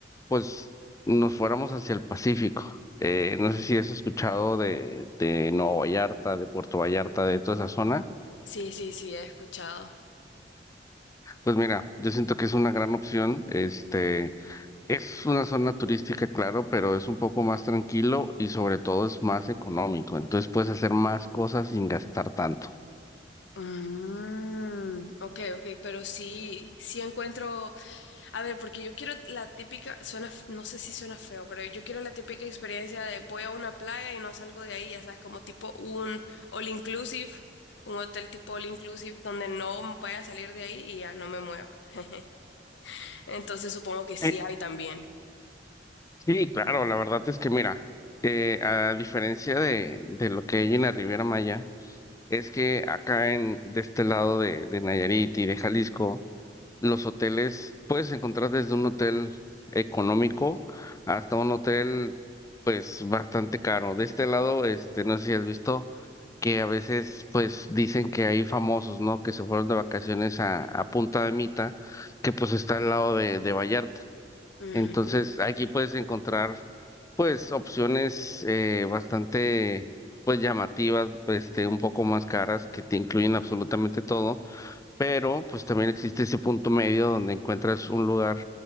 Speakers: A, on the left (about 20°); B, on the left (about 75°).
A: pues nos fuéramos hacia el Pacífico. Eh, no sé si has escuchado de, de Nueva Vallarta, de Puerto Vallarta, de toda esa zona.
B: sí, sí, sí, he escuchado.
A: Pues mira, yo siento que es una gran opción. Este, es una zona turística, claro, pero es un poco más tranquilo y sobre todo es más económico. Entonces puedes hacer más cosas sin gastar tanto.
B: Mm, ok, ok, pero sí, sí encuentro A ver, porque yo quiero la típica, suena, f- no sé si suena feo, pero yo quiero la típica experiencia de voy a una playa y no salgo de ahí, ya sabes, como tipo un all inclusive, un hotel tipo all inclusive donde no vaya a salir de ahí y ya no me mueva. <laughs> Entonces supongo que sí
A: Eh,
B: hay también.
A: Sí, claro, la verdad es que mira, eh, a diferencia de, de lo que hay en la Riviera Maya, es que acá en de este lado de, de Nayarit y de Jalisco Los hoteles, puedes encontrar desde un hotel económico hasta un hotel, pues, bastante caro. De este lado, este, no sé si has visto que a veces, pues, dicen que hay famosos, ¿no? Que se fueron de vacaciones a, a Punta de Mita, que pues está al lado de, de Vallarta.
B: Ujú.
A: Entonces, aquí puedes encontrar, pues, opciones eh, bastante, pues, llamativas, este, un poco más caras, que te incluyen absolutamente todo pero pues también existe ese punto medio donde encuentras un lugar